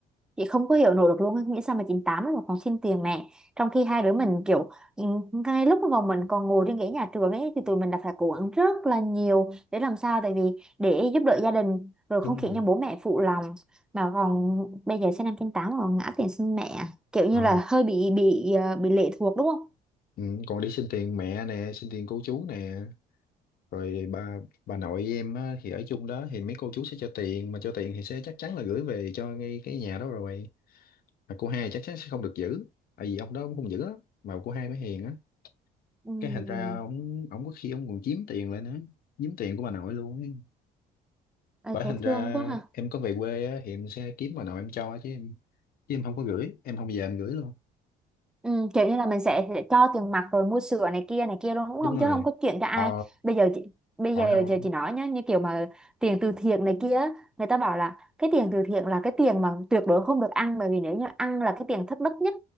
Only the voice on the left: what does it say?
đúng
Ờ,
ừ, còn đi xin tiền mẹ nè xin tiền cô chú nè rồi bà bà nội với em á, thì ở chung đó thì mấy cô chú sẽ cho tiền mà cho tiền thì sẽ chắc chắn là gửi về cho ngay cái nhà đó rồi mà cô hai chắc chắn sẽ không được giữ tại vì ông đó cũng không giữ á mà cô hai mới hiền á
cái thành ra ông ông có khi ông còn chiếm tiền lại nữa chiếm tiền của bà nội luôn ấy.
bởi
thành ra
em có về quê á, thì em sẽ kiếm bà nội em cho chứ em chứ em không có gửi em không bao giờ em gửi luôn
đúng
rồi
ờ
họ
không